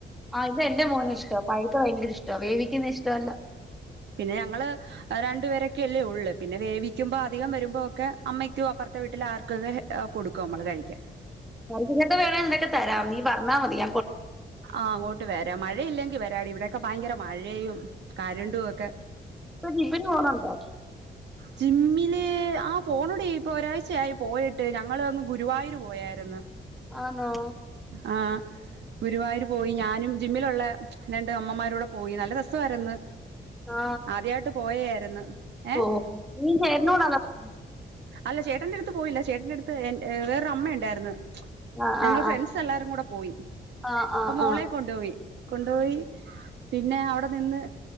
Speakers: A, in the centre; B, on the right.
A: ആഹ് ഇത് എൻന്റെ മോന് ഇഷ്ട പഴതെ ഭയങ്കര ഇഷ്ട വേവിക്കന്ന ഇഷ്ടമല്ല
B: പിന്നെ ഞങ്ങള് രണ്ടുപേരക്കെയല്ലേ ഉള്ളള് പിന്നെ വേവിക്കുമ്പോ അധികം വരുമ്പോ ഒക്കെ അമ്മയ്ക്കും അപ്പുറത്തെ വീട്ടിൽ ആർക്കൊക്കെ കൊടുക്കും നമ്മള് കഴിക്കാന്
A: <unintelligible> വേണ എന്തൊക്കെ തരാം നീ പറഞ്ഞാ മതിയ
B: ആഹ് അങ്ങോട്ട് വെ മഴയില്ലെങ്കി വരാടി ഇവിടെയൊക്കെ ഭയങ്കര മഴയും കരണ്ടും ഒക്കെ
A: ഇപ്പൊ ജീമ്ന് പോണണ്ടോ
B: ജിമ്മിൽ ആഹ് പോണൂടി ഇപ്പോൾ ഒരാഴ്ചയായി പോയിട്ട് ഞങ്ങൾ ങ് ഗുരുവായൂർ പോയായിരുന്നു
A: ആണോ
B: ആ ഗുരുവായൂര് പോയി ഞാനും ജിമ്മിലൊള്ള രണ്ട് അമ്മമാരൂടെ പോയി നല്ല രസവാര്ന്ന്
A: ആ
B: ആദ്യായിട്ട് പോയായിര്ന്ന് ഏഹ്
A: ഓ നി ചേട്ടന്റൂടണ പോ
B: അല്ല ചേട്ടന്റെ അടുത്ത് പോയില്ല ചേട്ടന്റെ അടുത്ത് വേറൊരമ്മ ഇണ്ടാര്ന്ന്
A: ആ
B: ഞങ്ങൾ
A: ആ
B: ഫ്രണ്ട്സെല്ലാരും
A: ആ
B: കൂടെ പോയി
A: ആ ആ
B: അപ്പൊ മോളെ
A: ആ
B: കൊണ്ടുപോയി കൊണ്ടുപോയി പിന്നെ അവടെ നിന്ന്